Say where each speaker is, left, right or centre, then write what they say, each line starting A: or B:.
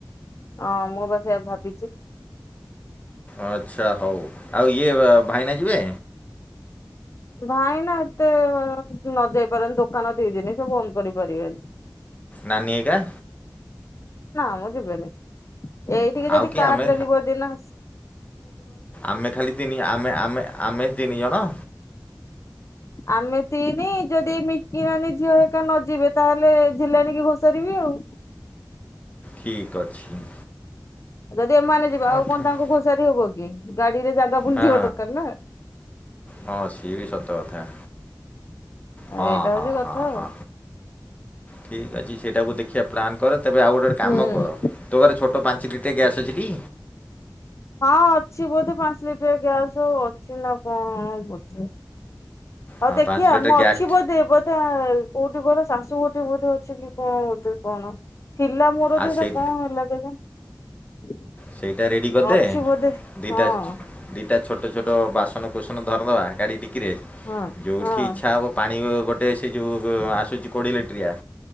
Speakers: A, on the left; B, on the left.
A: ହଁ ମୁଁ ପା ସେଇଆ ଭାବିଛି।
B: ଆଚ୍ଛା ହଉ ଆଉ ଇଏ ଭାଇନା ଯିବେ?
A: ଭାଇନା ଏତେ ନ ଯାଇ ପାରନ୍ତି ଦୋକାନ ଦି ଦିନି ସେ ବନ୍ଦ କରିପାରିବେନି।
B: ନାନୀ ହେକା।
A: ନା ମ ଯିବେନି ଏଇଠିକି
B: ଆଉ
A: ଯଦି
B: କିଏ
A: କାର
B: ଆମେ
A: ଡେଲିବଏ ଦିନ ସ
B: ଆମେ ଖାଲି ତିନି ଆମେ ଆମେ ଆମେ ତିନି ଜଣ।
A: ଆମେ ତିନି ଯଦି ମିକି ନାନୀ ଝିଅ ହେକା ନ ଯିବେ ତାହେଲେ ଝିଲାଣି କି ଘୋଷାରିବି ଆଉ।
B: ଠିକ୍ ଅଛି।
A: ଯଦି ଏମାନେ ଯିବେ।
B: ହଁ
A: ଆଉ
B: ଠିକ୍
A: କଣ ତାଙ୍କୁ ଘୋଷାରି ହବ କି ଗାଡିରେ ଜାଗା ପୁଣି
B: ହଁ
A: ଥିବା ଦରକାର ନା?
B: ହଁ ସିଏବି ସତ କଥା। ହଁ
A: ଏଇଟା
B: ହଁ
A: ହଉଛି କଥା
B: ହଁ
A: ଆଉ।
B: ହଁ। ଠିକ୍ ଅଛି ସେଇଟାକୁୁ ଦେଖିବା ପ୍ଲାନ୍ କର ତେବେ ଆଉ ଗୋଟେ ଗୋଟେ କାମ
A: ହୁଁ।
B: କର। ତୋ ଘର ଛୋଟ ପାଞ୍ଚ ଲିଟ୍ରିଆ ଗ୍ୟାସ୍ ଅଛି ଟି?
A: ହଁ ଅଛି ବୋଧେ ପାଞ୍ଚ ଲିଟର ଗ୍ୟାସ୍ ଯଉ ଅଛି ନା କଣ ବୋଧେ। ଆଉ
B: ହଁ
A: ଦେଖିଆ
B: ପାଞ୍ଚ ଲିଟର
A: ମୁଁ ଅଛି
B: ଗ୍ୟାସ୍
A: ବୋଧେ ବୋଧେ ହା କୋଉଠି କହିଲ ଶାଶୁ ଗଠି ବୋଧେ ଅଛି କି କଣ ବୋଧେ। କଣ ଥିଲା ମୋର
B: ଆଉ
A: ଯେଇଟା
B: ସେଇ
A: କଣ ହେଲା କେଜାଣି।
B: ସେଇଟା ରେଡ଼ି କରିଦେ
A: ଅଛି ବୋଧେ
B: ଦିଇଟା
A: ହଁ
B: ଦିଟା ଛୋଟ ଛୋଟ ବାସନ କୁସନ ଧରିଦବା ଗାଡି ଡିକିରେ
A: ହଁ।
B: ଯୋଉଠି
A: ହଁ
B: ଇଚ୍ଛା ହେବ ପାଣି ଗୋ ଗୋଟେ ସେ ଯୋଉ ଗୋ ଆସୁଛି କୋଡ଼ିଏ ଲିଟରିଆ